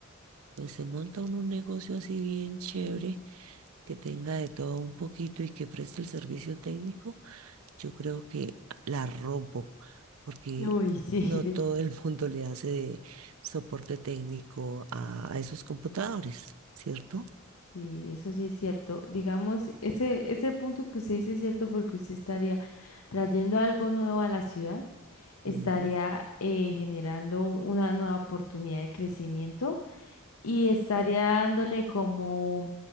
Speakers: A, on the right (about 80°); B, on the left (about 85°).
A: Pues se monta uno un negocio así bien chévere, que tenga de todo un poquito y que preste el servicio técnico Yo creo que la rompo, porque
B: Uy, sí, <laughs>
A: no todo el mundo le hace de soporte técnico a, a esos computadores, ¿cierto?
B: Sí, eso sí es cierto. Digamos, ese, ese punto que usted dice es cierto porque usted estaría trayendo algo nuevo a la ciudad, estaría
A: Ujú.
B: eh, generando una nueva oportunidad de crecimiento y estaría dándole como